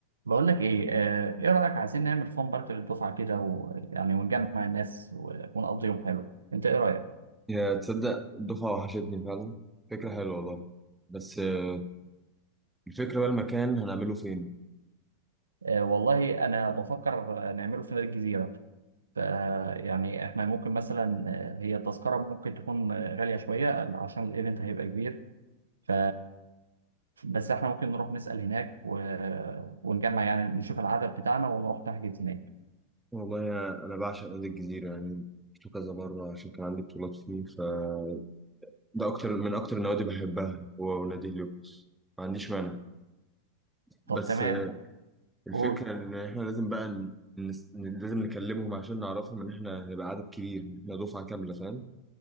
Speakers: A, on the right; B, in the centre.
A: بقول لك ايه آه، ايه رايك عايزين نعمل فان بارك للدفعه كده ويعني ونجمع الناس و- ونقضي يوم حلو انت ايه رايك
B: يا تصدق الدفعة وحشتني فعلا فكرة حلوة والله بس آه، الفكرة بقى المكان هنعمله فين
A: آه والله انا بفكر آه، نعمله في نادي الجزيره ف يعني احنا ممكن مثلا آه، هي التذكره ممكن تكون آه، غاليه شويه عشان الايفنت هيبقى كبير ف بس احنا ممكن نروح نسال هناك و... ونجمع يعني نشوف العدد بتاعنا ونروح نحجز هناك
B: والله يا- أنا بعشق نادي الجزيرة يعني شفته كذا مرة عشان كان عندي بطولات فيه فده أكتر من أكتر النوادي بحبها هو ونادي هليوبوليس ما عنديش مانع بس
A: طب تمام
B: آه، الفكرة
A: قول
B: إن إحنا لازم بقى ن- نس... ن- لازم نكلمهم عشان نعرفهم إن إحنا هنبقى عدد كبير إحنا دفعة كاملة فاهم